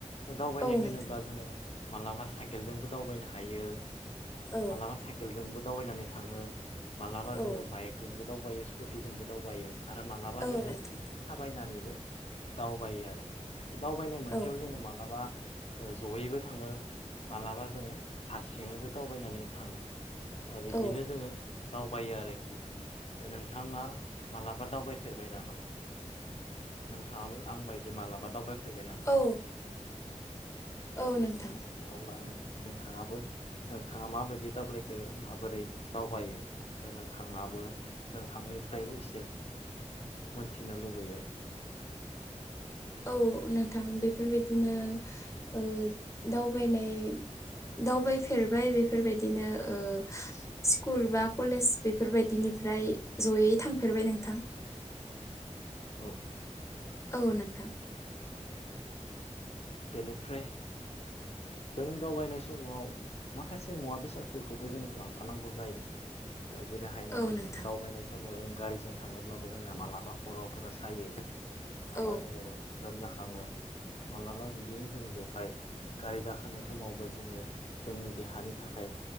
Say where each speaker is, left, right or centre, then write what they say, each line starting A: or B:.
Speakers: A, on the left (about 55°); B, on the left (about 25°).
A: ‌। दावबायनाय
B: औ नोंथां
A: होनोब्ला जोङो मालाबा साइकेलजोंबो दावबायनो हायो।
B: औ
A: मालाबा साइकेलजोंबो दावबायनानै थाङो मालाबा
B: औ
A: जोङो बाइक जोंबो दावबायो स्कुटिजोंबो दावबायो आरो मालाबा
B: औ
A: जोङो
B: नोंथां
A: थाबायनानैबो दावबायो आरो बे दावबायनाय मोनसेयाव
B: औ
A: जोङो मालाबा जयैबो थाङो मालाबा जोङो हारसिङैबो दावबायनानै थाङो दा बिदिनो
B: औ
A: जोङो दावबायो आरोखि दा नोंथाङा मालाबा दावबायफेरबाय नामा? नोंथाङाबो आं बायदि मालाबा दावबायफैबाय नामा?
B: औ औ नोंथां
A: अब्ला नोंथाङाबो नोंथाङा माबायदि दावबायखो माबोरै? दावबायो नोंथाङाबो नोंथांनिफ्रायबो एसे मोनथिनो लुबैयै
B: औ नोंथां बेफोरबायदिनो ओ दावबायनाय दावबायफेरबाय बेफोरबायदिनो ओ स्कुल बा कलेज बेफोरबायदिनिफ्राय जयै थांफेरबाय नोंथां।
A: औ
B: औ नोंथां
A: बेनिफ्राय जों दावबायनाय समाव माखासे मुवा बेसादफोरखौबो जों लांफानांगौ जायो। जेरैहाय नों
B: औ नोंथां
A: दावबायनाय समाव जों गारिजों थाङोब्लाबो जोंनाया मालाबा खर'फोरा सायो। नङा
B: औ
A: बा जों लोमजाखाङो मालाबा बिदिनो जोङो बेवहाय गारि गाखो थानाय समावबो जोङो जोंनि देहानि थाखाय